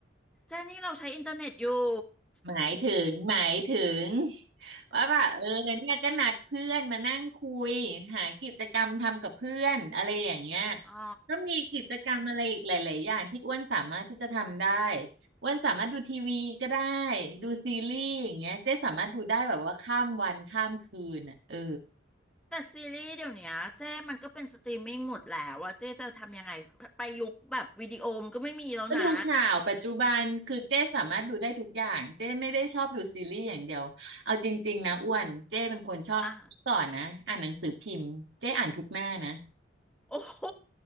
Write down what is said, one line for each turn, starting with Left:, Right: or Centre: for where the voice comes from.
Centre: เจ๊นี่เราใช้อินเทอร์เน็ตอยู่
Right: หมายถึงหมายถึงว่าแบบเออเนี่ยก็นัดเพื่อนมานั่งคุยหากิจกรรมทำกับเพื่อนอะไรอย่างเงี้ย
Centre: อ๋อ
Right: ก็มีกิจกรรมอะไรอีกหลายๆอย่างที่อ้วนสามารถที่จะทำได้อ้วนสามารถดูทีวีก็ได้ดูซีรีส์อย่างเงี้ยเจ๊สามารถดูได้แบบว่าข้ามวันข้ามคืนอ่ะเออ
Centre: แต่ซีรีส์เดี๋ยวเนี้ยเจ้มันก็เป็นสตรีมมิ่งหมดแล้วว่าเจ้จะทำยังไงไปยุคแบบวิดีโอมนก็ไม่มีแล้วนะ
Right: ก็ดูข่าวปัจจุบันคือเจ้สามารถดูได้ทุกอย่างเจ้ไม่ได้ชอบดูซีรีส์อย่างเดียวเอาจริงๆนะอ้วนเจ้เป็นคนชอบก่อนนะอ่านหนังสือพิมพ์เจ้อ่านทุกหน้านะ
Centre: อ่ะโอ้ <laughs> โห